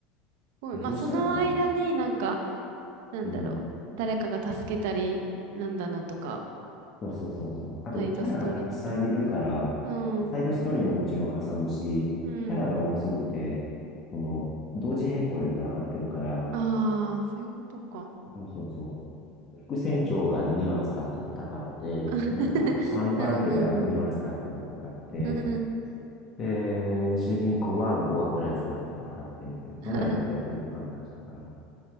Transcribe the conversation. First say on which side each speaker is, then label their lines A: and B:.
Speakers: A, on the right; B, on the left.
A: ごいまあ、
B: もうそしたらさ、
A: その間になんか、なんだろう。
B: うん、
A: 誰かが助けたり、なんだのとか、
B: そうそうそうそう。あと、
A: サイドストーリー的。
B: キャラがたくさんいるから、
A: うん。
B: サイドストーリーももちろん挟むし、
A: うん。
B: キャラが多すぎて、その、同時並行で戦ってるから、
A: ああ、そういうことか。
B: そうそうそう。副船長が2話使って戦って、
A: <laughs>
B: なんか3番手が2話使って戦って、
A: うんうんうん。うん
B: で、主人公は5話くらい使って戦ってみたいな。そんなんやってたらもう一巻になっちゃうから。
A: <laughs>